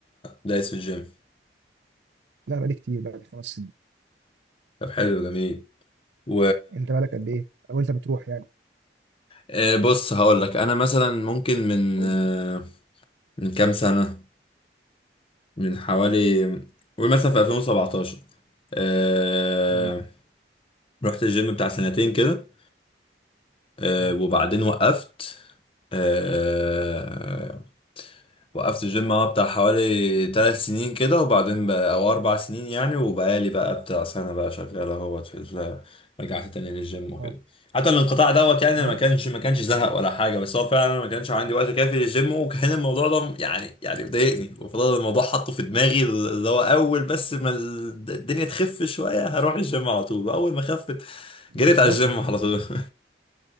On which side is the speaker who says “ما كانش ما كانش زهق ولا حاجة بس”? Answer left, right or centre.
Left